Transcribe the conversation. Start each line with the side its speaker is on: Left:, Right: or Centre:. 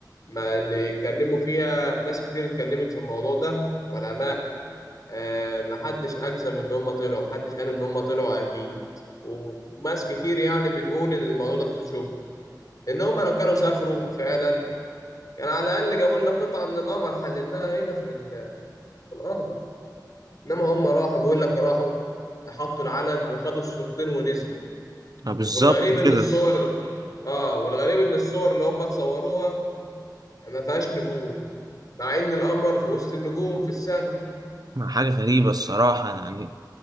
Left: ما اللي اتكلموا فيها ناس كتير اتكلمت في الموضوع ده علماء آه، محدش أجزم إن هم طلعوا محدش قال إن هم طلعوا أكيد وناس كتير يعني بتقول إن الموضوع ده فوتوشوب إن هم لو كانوا سافروا فعلا كان على الأقل جابوا لنا قطعة من القمر حللناها هنا في, ال- في الأرض إنما هم راحوا بيقول لك راحوا حطوا العلم وخدوا الصورتين ونزلوا
Right: آه، بالظبط
Left: والغريب ان
Right: كده
Left: الصور اه والغريب ان الصور اللي هم اتصوروها ما فيهاش نجوم مع ان القمر في وسط النجوم في السماء
Right: ما حاجة غريبة الصراحة يعني